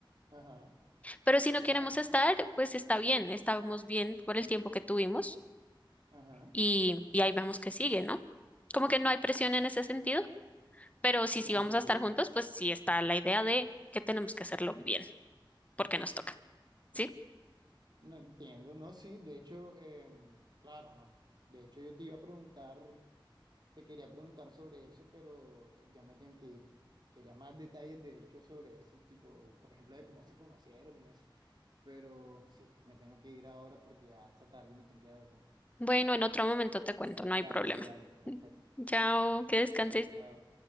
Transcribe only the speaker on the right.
Ajá.
Exacto.
Ajá.
Ya
entendí.
No entiendo. No, sí, de hecho, em, claro, no. De hecho, yo te iba a preguntar, te quería preguntar sobre eso, pero ya me tengo que ir. Te- Quería más detalles, de hecho, sobre eso, tipo, por ejemplo, de cómo se conocieron y eso. Pero sí, me tengo que ir ahora porque ya está tarde y me tengo que ir a dormir.
Dale,
sí, dale. Perfecto.
Dale, chao.